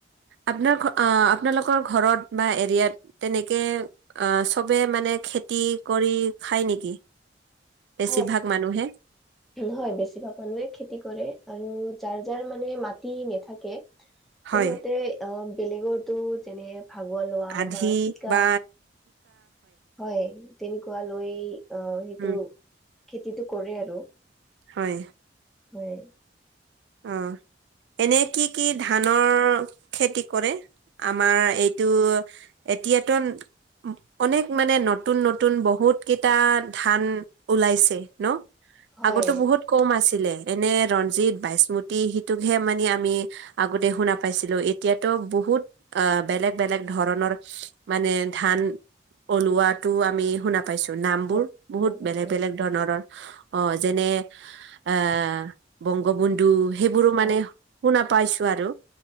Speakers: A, on the right; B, in the centre.
A: আপোনাৰ ঘ আ। আপোনালোকৰ ঘৰত বা এৰিয়াত তেনেকে চবে মানে খেতি কৰি। খাই নেকি? বেছিভাগ
B: হয়
A: মানুহে
B: হয় বেছিভাগ মানুহে খেতি কৰে আৰু। যাৰ যাৰ মানে মাটি নেথাকে
A: হয়
B: তেহঁতে অ বেলেগতো যেনে। ভাগৰ লোৱা
A: আধি
B: বা ঠিকা।
A: বা
B: হয় তেনেকুৱা লৈ অ সেইটো
A: উম
B: খেতিটো কৰে আৰু।
A: হয়।
B: হয়।
A: অ এনে কি কি ধানৰ খেতি কৰে। আমাৰ এইটো এতিয়াতো। অনেক মানে নতুন নতুন বহুত কেইটা ধান ওলাইছে ন।
B: হয়
A: আগতো বহুত কম আছিলে এনে ৰঞ্জিত বাইচ। স্মুতি সিটোকহে মানে আমি আগতে শুনা পাইছিলো এতিয়াাতো বহুত অ বেলেগ বেলেগ। এই বিলাক ধৰণৰ মানে ধান ওলোৱাতটো আমি শুনা পাইছো নাম
B: হয়
A: বোৰ
B: শুনা
A: বহুত
B: পাইছো
A: বেলেগ বেলেগ ধৰণৰ। অ যেনে এ বংগবুন্ধু। সেইবোৰো মানে
B: হয়
A: শুনা পাইছো আৰু।